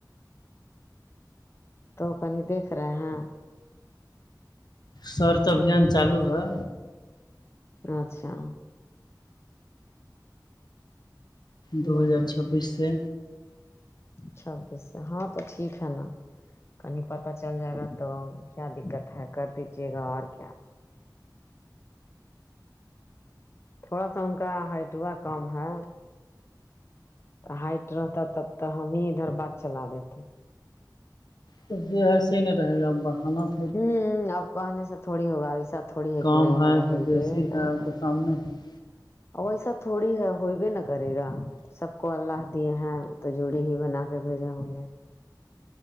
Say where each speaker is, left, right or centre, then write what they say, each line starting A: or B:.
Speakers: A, on the left; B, on the left.
A: تو اپن ہی دیکھ رہے ہیں
B: سرچ ابھیان چالو ہے
A: اچھا ہوں
B: دو ہزار چھبیس سے
A: چھبیس سے ہاں تو ٹھیک ہے نا کہیں پت چل جائے گا تو کیا دقت ہے کر دیجے گاں اور کیا تھوڑا سا ان کا ہائٹ وا کم ہے ہائٹ رہتا تب تو ہم ہی ادھر بات چلا دیتے
B: تو یہ ایسے ہی نہیں رہے گا اب بڑھانا تو
A: ہوں اب کہنے سے تھوڑی ہوگا ا سب تھوڑی ہے
B: کام
A: کہ نہیں ہوگا
B: کہ
A: ہوئی
B: بیسی
A: و کرے
B: ہے
A: گا
B: تو سامنے ہے
A: ویسا تھوڑی ہے ہوئی بھی نہ کرے گا سب کو اللہ دیے ہیں تو جوڑی ہی بنا کے بھیجے ہوں گے